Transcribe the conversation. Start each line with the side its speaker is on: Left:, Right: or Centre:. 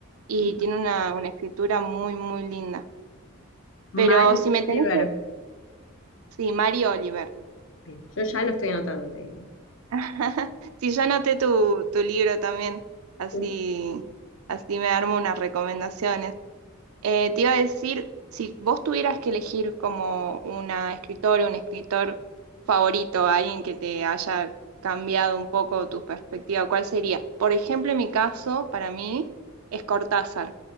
Right: Y
Left: Ujú.
Right: tiene una, una escritura muy, muy linda. Pero
Left: Mari
Right: si me tenés
Left: Oliver.
Right: que... Sí, Mary Oliver.
Left: Bien, Yo ya lo estoy anotando, te digo.
Right: <laughs> Sí, yo anoté tu, tu libro también, así,
Left: Ujú.
Right: así me armo unas recomendaciones. Eh, te iba a decir, si vos tuvieras que elegir como una escritora, un escritor favorito, alguien que te haya cambiado un poco tu perspectiva, ¿cuál sería? Por ejemplo, en mi caso, para mí, es Cortázar